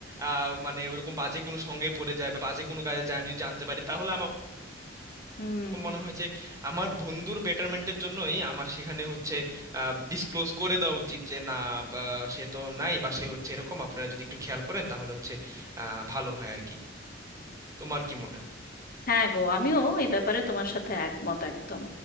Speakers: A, on the right; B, on the left.
A: আহ, মানে ওইরকম বাজে কোনো সঙ্গে পড়ে যায় বা বাজে কোনো কাজে যায় আমি যদি জানতে পারি তাহলে আমার
B: হুম
A: মনে হয় যে আমার বন্ধুর বেটারমেন্টের জন্যই আমার সেখানে হচ্ছে ডিসক্লোজ করে দেওয়া উচিত যে না বা সে তো নাই বা সে হচ্ছে এরকম আপনারা যদি একটু খেয়াল করেন তাহলে হচ্ছে আহ, ভালো হয় আর কি তোমার কি মনে হয়
B: হ্যাঁ গো আমিও এই ব্যাপারে তোমার সাথে একমত একদম